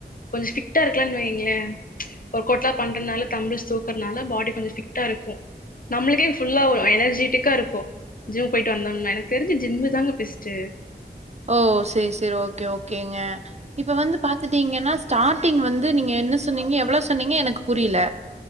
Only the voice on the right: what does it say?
ஓ செரி செரி ஓகே ஓகேங்க இப்ப வந்து பாத் துட்டீங்கன்னா ஸ்டாட்டிங் வந்து நீங்க என்ன சொன்னீங்க எவ்ளோ சொன்னீங்க எனக்கு புரியல